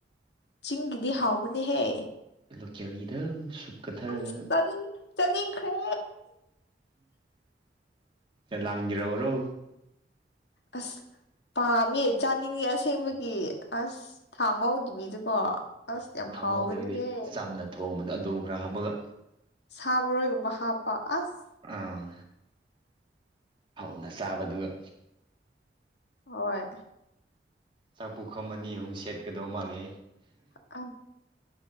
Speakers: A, on the left; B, on the right.
A: ꯆꯤꯡꯒꯤꯗꯤ ꯍꯥꯎꯕꯅꯦꯍꯦ
B: ꯂꯣꯀꯌꯥꯒꯤꯗ ꯁꯨꯞ ꯀꯠꯊꯔꯗꯅ
A: ꯑꯁ ꯆꯥꯅꯤꯡ ꯆꯥꯅꯤꯡꯈ꯭ꯔꯦ
B: ꯂꯒꯔꯥꯎꯔꯣ
A: ꯑꯁ ꯄꯥꯝꯃꯦ ꯆꯥꯅꯤꯡꯉꯦ ꯑꯁꯦꯡꯕꯒꯤ ꯑꯁ ꯊꯥꯡ ꯉꯧꯗꯕꯤꯗꯨꯀꯣ ꯑꯁ ꯌꯥꯝ
B: ꯊꯥꯎꯅꯧꯗꯕꯤꯗ
A: ꯍꯥꯎꯒꯅꯤꯍꯦ
B: ꯆꯝꯅ ꯊꯣꯡꯕꯗ ꯑꯗꯨꯂꯨ ꯈꯔ ꯍꯥꯞꯄꯒ
A: ꯁꯥꯕꯣꯏꯒꯨꯝꯕ ꯍꯥꯞꯄ ꯑꯁ
B: ꯑꯥ ꯍꯧꯅ ꯆꯥꯕꯗꯨꯒ
A: ꯍꯣꯏ
B: ꯆꯥꯛꯄꯨꯈꯝ ꯑꯅꯤ ꯑꯍꯨꯝ ꯁꯦꯠꯀꯗꯧ ꯃꯥꯜꯂꯦ
A: ꯑ